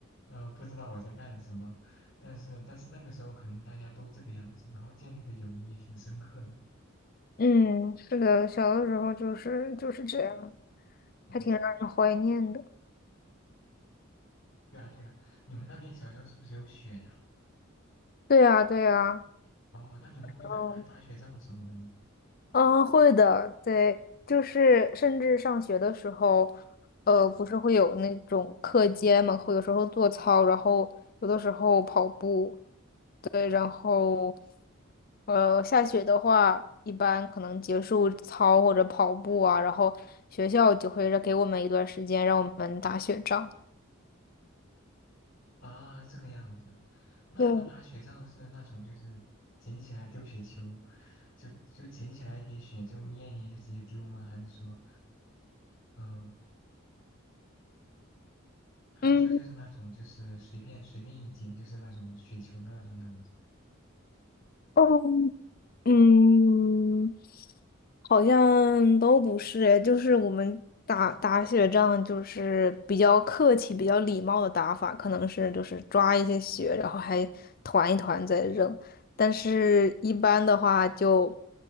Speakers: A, on the left (about 65°); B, on the left (about 45°).
A: 呃，不知道我在干什么。但是但是那个时候可能大家都这个样子，然后建立的友谊也挺深刻的。
B: 嗯，是的，小的时候就是就是这样，
A: 嗯，
B: 还挺让人怀念的。
A: 对啊对啊，你们那边小时候是不是有雪呀？
B: 对啊，对啊，
A: 哦，那你们会打打打雪仗什么的吗？
B: 嗯嗯，啊会的，对，就是甚至上学的时候，呃，不是会有那种课间嘛，会有时候做操，然后有的时候跑步。对，然后呃，下雪的话，一般可能结束操或者跑步啊，然后学校就会让给我们一段时间让我们打雪仗。
A: 啊，这个样子，那那打雪仗是那种就是捡起来丢雪球，
B: 对，
A: 就就捡起来一点雪就捏一捏就直接丢吗？还是说，嗯，还是说就是那种就是随便随便一捡就是那种雪球的那种样子？
B: 嗯，哦，嗯。好像都不是诶，就是我们打打雪仗，就是比较客气、比较礼貌的打法，可能是就是抓一些雪，然后还团一团再扔。但是一般的话就，